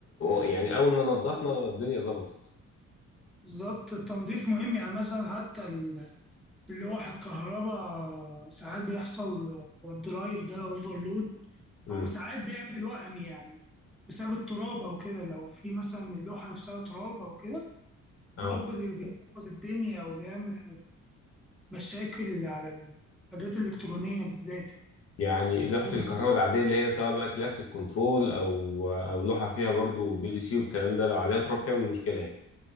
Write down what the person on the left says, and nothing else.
يعني أول ما نضفنا الدنيا ظبطت
امم
أه
يعني لوحة
الكهرباء العادية اللي هي سواء بقى كلاسيك كنترول أو أو لوحة فيها برضو بي ال سي والكلام ده لو عليها تراب تعمل مشكلة يعني